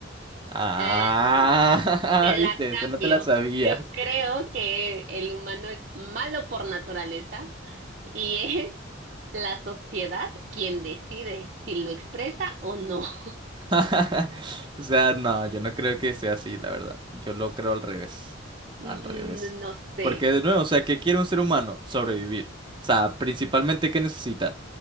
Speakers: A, on the right; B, on the right.
A: Ah,
B: eh, te
A: <laughs> viste,
B: la
A: eso no
B: cambio.
A: te la sabías.
B: Yo creo que el humano es malo por naturaleza y es la sociedad quien decide si lo expresa o no. <laughs>
A: <laughs> O sea, no, yo no creo que sea así, la verdad. Yo lo creo al revés.
B: Mm,
A: Al revés.
B: No sé.
A: Porque de nuevo, o sea, ¿qué quiere un ser humano? Sobrevivir. O sea, principalmente, ¿qué necesita?